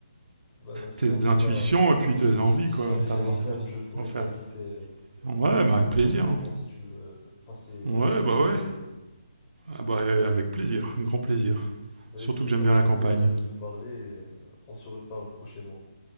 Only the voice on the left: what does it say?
Ben merci
en tout
cas.
Si,
si-
si
jamais
j'ai
ma ferme, je pourrais
t'inviter
euh,
éventuellement
si tu veux euh, passer
un petit séjour.
Et...
ben
écoute,
ça
m'a
fait
plaisir de te parler et euh, on se reparle prochainement.